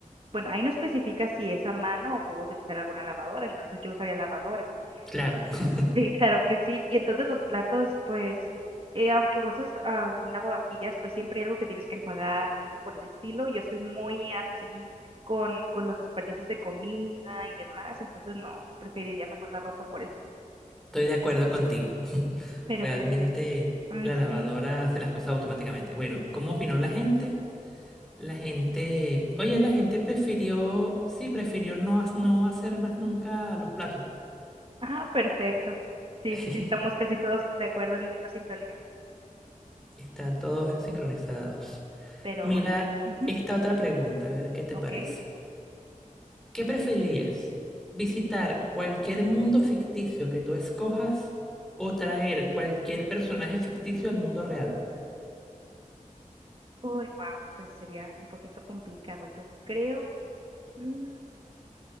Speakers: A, on the right (about 40°); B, in the centre.
A: bueno, ahí no especifica si es a mano o puedo utilizar alguna lavadora, entonces yo usaría lavadora. <laughs>
B: Claro, <laughs>
A: Sí, claro que sí. Y entonces los platos, pues, eh, aunque uses algún lavavajillas, pues siempre hay algo que tienes que enjuagar o algo por el estilo. y Yo soy muy así con, con los desperdicios de comida y demás, entonces no, preferiría mejor la ropa por eso.
B: estoy de acuerdo contigo.
A: Pero
B: Realmente
A: perfecto. Ay,
B: la lavadora
A: sí.
B: hace las cosas automáticamente. Bueno, ¿cómo opinó la gente? La gente, oye, la gente prefirió, sí, prefirió no, ha- no hacer más nunca los platos.
A: Ah, perfecto. Sí,
B: <laughs>
A: sí, sí, estamos casi todos de acuerdo en misma sintonía.
B: Están todos sincronizados.
A: Pero
B: Mira
A: bueno, ujú,
B: esta otra pregunta, a ver qué te
A: ok.
B: parece. ¿Qué preferirías? ¿Visitar cualquier mundo ficticio que tú escojas o traer cualquier personaje ficticio al mundo real?
A: Uy, wow, pues sería un poquito complicado. Yo creo, mm,